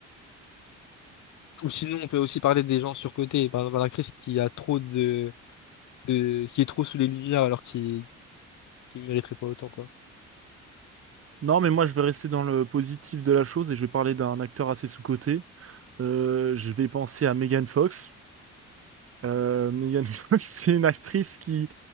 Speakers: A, on the left; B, on the right.
A: Ou sinon, on peut aussi parler des gens surcotés. Par exemple, l'actrice qui a trop de, de, qui est trop sous les lumières alors qu'il qui mériterait pas autant, quoi.
B: Non, mais moi je vais rester dans le positif de la chose et je vais parler d'un acteur assez sous-coté. Euh, je vais penser à Megan Fox. Euh, Megan <laughs> Fox, c'est une actrice qui